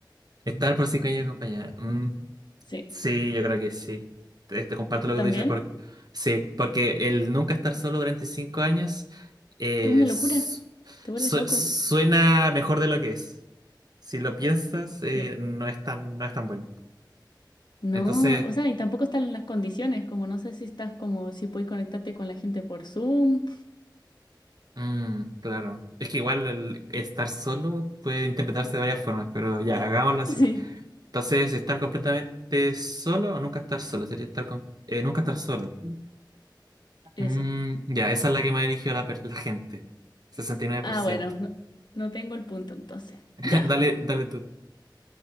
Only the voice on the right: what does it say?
Estar por cinco años acompañada. Mm,
sí, yo creo que sí. Te, te comparto
lo
que tú dices. Porque, sí, porque el nunca estar solo durante cinco años es-
su-
suena mejor de lo que es. Si lo piensas, eh,
no es tan, no es tan bueno.
Entonces...
Mm, claro. Es que igual el estar
solo puede interpretarse de varias formas, pero ya, hagámoslo así.
Entonces, estar completamente solo o nunca estar solo, sería estar con... eh, nunca estar solo.
Mm, ya, esa es la que me ha dirigido la, per- la gente. sesenta y nueve
por ciento
<laughs>
Dale, dale tú.